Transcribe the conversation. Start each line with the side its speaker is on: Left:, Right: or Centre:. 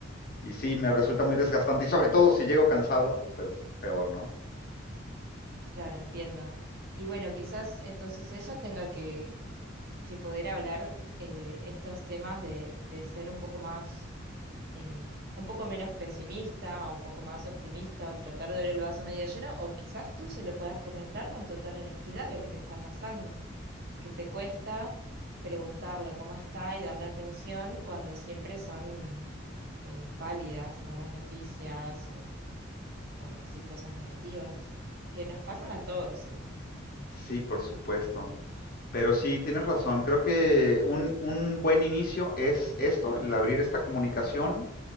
Left: Y sí, me resulta muy desgastante y sobre todo si llego cansado, pues peor, ¿no?
Right: claro, entiendo. Y bueno, quizás entonces ella tenga que que poder hablar eh, estos temas de, de ser un poco más, eh, un poco menos pesimista, un poco más optimista, o tratar de ver el vaso medio lleno, o quizás tú se lo puedas comentar con total honestidad lo que te está pasando, que te cuesta preguntarle cómo está y darle atención cuando siempre son eh, pálidas, malas noticias o, o así cosas negativas, que nos pasan a todos igual.
Left: Sí, por supuesto. Pero sí, tienes razón. Creo que un, un buen inicio es esto, el abrir esta comunicación